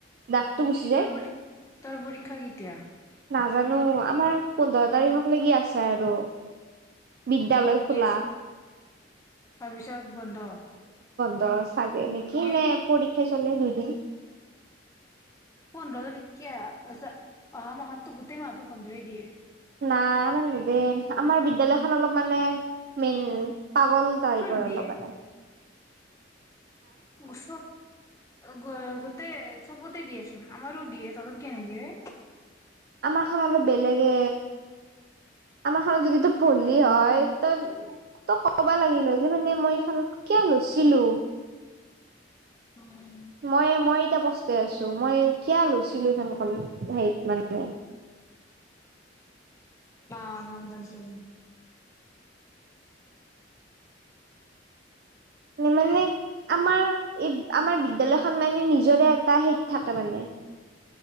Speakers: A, on the right; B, on the left.
A: দাগটো গুচি যায়
B: তোৰ পৰী তোৰ পৰীক্ষা কেতিয়া?
A: নাজানো আমাৰ পোন্ধৰ তাৰিখক লকি আছে আৰু, বিদ্যালয় খোলা,
B: ইয়েছ, তাৰপিছত বন্ধ।
A: ফচ। চাগে নেকি
B: কি?
A: নে পৰীক্ষা চলে দুইদিন,
B: পোন্ধৰ ত তেখে অহা মাহত গোটেই মাতো বন্ধ দিয়ে।
A: নাই মানে দে আমাৰ বিদ্য়ালয়খন অলপ মানে মেইন। পাগল তাৰি
B: কিয়
A: পৰে
B: নিদিয়ে?
A: লগবতে।
B: গচ গ গোটেই। চবতে দিয়েচোন আমাৰো দিয়ে ত। নিদিয়ে।
A: আমাৰ খন অলপ বেলেগে আমাৰ খত যদি ত পললি হয় তই তই ক'বা লাগিল যে মানে মই এইখনত কিয় লৈছিলো।
B: উম,
A: মই মই এতিয়া পস্তাই আছো মই কিয় লৈছিলো এখন হেৰিত মানে।
B: অঁ গম পাইছো।
A: মই মানে। আমাৰ এই আমাৰ। বিদ্যালয়ৰ খনৰ মানে নিজৰে এটা হীত থাকে মানে,